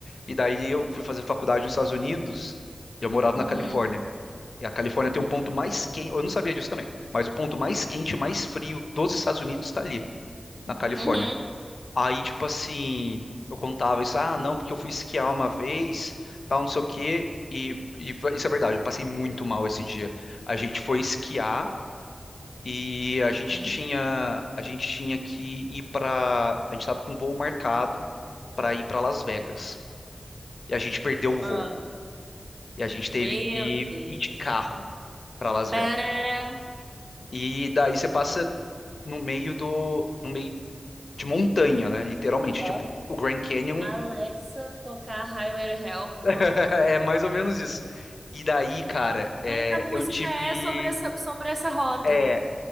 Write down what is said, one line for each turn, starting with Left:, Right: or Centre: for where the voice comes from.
Left: E daí eu fui fazer faculdade nos Estados Unidos e eu morava
Right: uhum,
Left: na Califórnia. E a Califórnia tem um ponto mais quente, eu não sabia disso também, mas o ponto mais quente e mais frio dos Estados Unidos está ali, na Califórnia.
Right: uhum,
Left: Aí, tipo assim, eu contava isso, ah, não, porque eu fui esquiar uma vez, tal, não sei o quê, e, e isso é verdade, eu passei muito mal esse dia. A gente foi esquiar e a gente
Right: uhum.
Left: tinha, a gente tinha que ir para, a gente estava com um voo marcado para ir para Las Vegas. E a gente perdeu o
Right: Ah,
Left: voo. E a gente teve
Right: meu
Left: que
Right: Deus.
Left: ir de carro para Las
Right: Parará.
Left: Vegas. E daí você passa no meio do, no meio de montanha, né? Literalmente,
Right: Aham.
Left: tipo, o Grand Canyon
Right: Alexa, tocar Highway to Hell, por
Left: <laughs>
Right: favor.
Left: é mais ou menos isso. E daí, cara, é,
Right: Mas a música
Left: eu tive,
Right: é sobre essa, sobre essa rota.
Left: é,